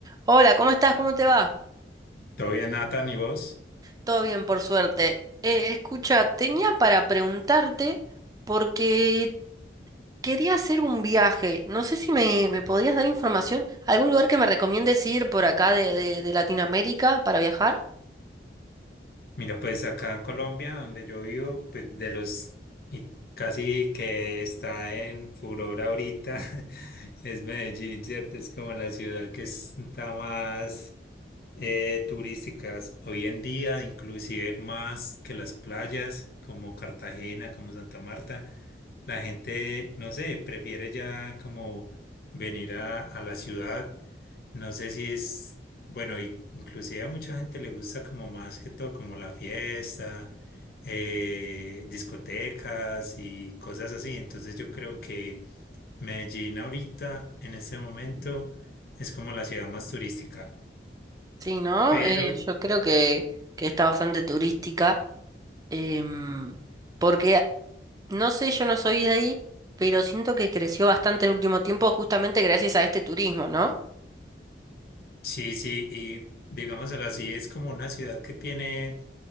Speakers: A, on the right (about 20°); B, on the left (about 55°).
A: Hola, ¿cómo estás? ¿Cómo te va?
B: Todo bien, Nathan, ¿y vos?
A: Todo bien, por suerte. Eh, escucha, tenía para preguntarte porque quería hacer un viaje. No sé si me, me podrías dar información. ¿Algún lugar que me recomiendes ir por acá de, de- de Latinoamérica para viajar?
B: Mira, pues acá en Colombia, donde yo vivo, pues de los, y casi que está en furor ahorita, <laughs> es Medellín, ¿cierto? Es como la ciudad que está más eh, turísticas hoy en día, inclusive más que las playas como Cartagena, como Santa Marta, la gente, no sé, prefiere ya como venir a, a la ciudad. No sé si es, bueno, y inclusive a mucha gente le gusta como más que todo, como la fiesta, eh, discotecas y cosas así. Entonces yo creo que Medellín ahorita, en este momento, es como la ciudad más turística.
A: Sí, ¿no?
B: Pero
A: Eh, yo creo que, que está bastante turística. em, porque, no sé, yo no soy de ahí, pero siento que creció bastante en el último tiempo justamente gracias a este turismo, ¿no?
B: Sí, sí, y digámoslo así, es como una ciudad que tiene...